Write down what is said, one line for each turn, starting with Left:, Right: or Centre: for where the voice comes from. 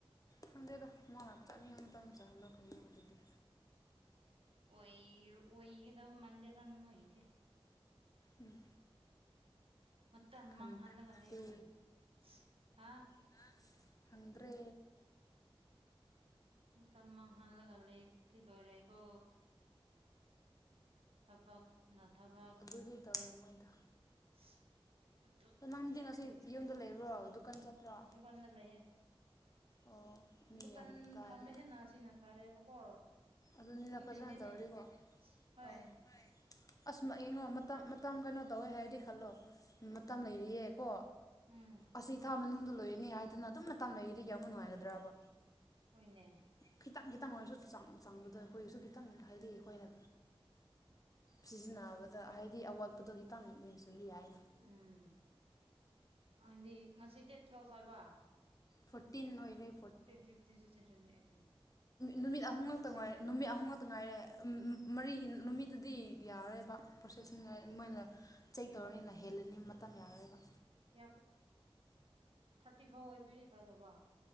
Left: ꯈꯪꯗꯦꯗ ꯃꯥꯥꯅ ꯆꯠꯅꯤꯡ ꯃꯇꯝꯗ ꯆꯠꯍꯜꯂꯣ ꯀꯩꯅꯣ ꯑꯗꯨꯗꯤ
Right: ꯑꯣꯏ ꯑꯣꯏꯒꯗ ꯃꯥꯟꯗꯦꯗ ꯑꯣꯏꯒꯤꯁꯦ
Left: ꯎꯝ
Right: ꯃꯇꯝ
Left: ꯈꯪꯗꯦ
Right: ꯃꯥꯡꯍꯜꯂꯒ ꯂꯩꯕꯒꯨꯝꯅ ꯍꯥ
Left: <unintelligible> ꯈꯪꯗ꯭ꯔꯦ
Right: ꯃꯇꯝ ꯃꯥꯡꯍꯜꯂꯒ ꯂꯩꯗꯤ ꯂꯣꯏꯔꯦꯀꯣ ꯊꯕꯛꯅ ꯊꯕꯛ
Left: ꯑꯗꯨꯗꯤ ꯇꯧꯔꯝꯃꯣꯏꯗ
Right: <unintelligible>
Left: ꯅꯪꯗꯤ
Right: ꯆꯠꯀꯅꯤ
Left: ꯉꯁꯤ ꯌꯨꯝꯗ ꯂꯩꯕ꯭ꯔꯣ ꯗꯨꯀꯥꯟ ꯆꯠꯇ꯭ꯔꯣ
Right: <unintelligible> ꯂꯩꯌꯦ
Left: ꯑꯣ ꯃꯤ
Right: ꯗꯨꯀꯥꯟ
Left: ꯌꯥꯝ ꯇꯥꯗꯕ
Right: ꯐꯥꯝꯕ ꯍꯦꯟꯅ ꯁꯤꯅ ꯐꯔꯦꯕꯀꯣ
Left: ꯑꯗꯨꯅꯤꯗ
Right: ꯃꯤ
Left: ꯐꯖꯅ
Right: ꯂꯩꯇꯦꯅꯦ
Left: ꯇꯧꯔꯗꯤꯀꯣ
Right: ꯍꯣꯏ
Left: ꯑꯧ ꯑꯁ ꯌꯦꯡꯉꯣ ꯃꯇꯝ ꯃꯇꯝ ꯀꯩꯅꯣ ꯇꯧꯋꯦ ꯍꯥꯏꯔꯗꯤ ꯈꯜꯂꯣ ꯃꯇꯝ ꯂꯩꯔꯤꯌꯦꯀꯣ
Right: ꯎꯝ
Left: ꯑꯁꯤ ꯊꯥ ꯃꯅꯨꯡꯗ ꯂꯣꯏꯔꯅꯤ ꯍꯥꯏꯗꯨꯅ ꯑꯗꯨꯝ ꯃꯇꯝ ꯂꯩꯔꯤꯗꯤ ꯀꯌꯥꯝꯃꯨꯛ ꯅꯨꯡꯉꯥꯏꯒꯗ꯭ꯔꯕ
Right: ꯍꯣꯏꯅꯦ
Left: ꯈꯤꯇꯪ ꯈꯤꯇꯪ ꯑꯣꯏꯔꯁꯨ ꯆꯪ ꯆꯪꯕꯗ ꯑꯈꯣꯏꯁꯨ ꯈꯤꯇꯪ ꯍꯥꯏꯗꯤ ꯑꯈꯣꯏꯅ ꯁꯤꯖꯤꯟꯅꯕꯗ ꯍꯥꯏꯗꯤ ꯑꯋꯥꯠꯄꯗꯣ ꯈꯤꯇꯪ ꯃꯦꯟꯁꯤꯟꯕꯤ ꯌꯥꯏꯅ
Right: ꯎꯝ ꯍꯥꯏꯗꯤ ꯉꯁꯤ ꯗꯦꯠ ꯇꯨꯌꯦꯞ ꯍꯥꯏꯕ
Left: ꯐꯣꯔꯇꯤꯟ ꯑꯣꯏꯔꯦ
Right: ꯐꯣꯔꯇꯤꯟ ꯐꯤꯞꯇꯤꯟ <unintelligible>
Left: ꯅꯨꯃꯤꯠ ꯑꯍꯨꯝ ꯉꯛꯇ ꯉꯥꯏꯔꯦ ꯅꯨꯃꯤꯠ ꯑꯍꯨꯝ ꯉꯛꯇ ꯉꯥꯏꯔꯦ ꯃꯔꯤꯒꯤ ꯅꯨꯃꯤꯠꯇꯨꯗꯤ ꯌꯥꯔꯣꯏꯕ ꯄ꯭ꯔꯣꯁꯦꯁꯁꯤꯡ ꯃꯣꯏꯅ ꯆꯦꯛ ꯇꯧꯔꯅꯤꯅ ꯍꯦꯜꯂꯅꯤ ꯃꯇꯝ ꯌꯥꯔꯔꯣꯏꯕ
Right: <unintelligible> ꯊꯥꯔꯇꯤ ꯐꯥꯎ ꯑꯣꯏ ꯄꯤꯔꯤ ꯐꯗꯧꯕ